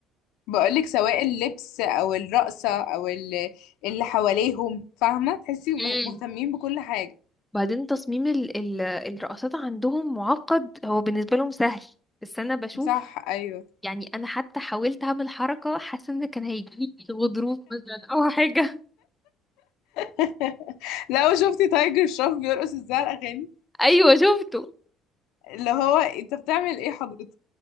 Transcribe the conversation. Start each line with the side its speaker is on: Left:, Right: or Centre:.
Left: بقولك سواء اللبس او الرقصه او ال- اللي حواليهم فاهمه تحسي مه-
Centre: امم
Left: مهتمين بكل حاجه
Centre: بعدين تصميم ال ال الرقصات عندهم معقد هو بالنسبه لهم سهل بس انا بشوف
Left: صح ايوه
Centre: يعني انا حتى حاولت اعمل حركه حاسه ان كان هيجيلي غضروف مثلا او حاجه
Left: <laughs> لو شفتي تايجر شروف بيرقص ازاي على الاغاني
Centre: <laughs> ايوه شفته
Left: اللي هو انت بتعمل ايه حضرتك